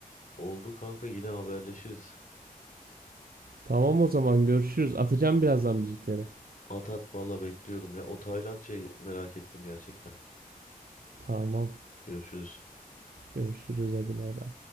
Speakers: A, on the left (about 60°); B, on the right (about 75°).
A: oldu kanka yine haberleşiriz.
B: Tamam o zaman görüşürüz. Atacağım birazdan müzikleri.
A: At at valla bekliyorum ya. O Tayland şeyi merak ettim gerçekten.
B: Tamam.
A: Görüşürüz.
B: Görüşürüz hadi bay bay.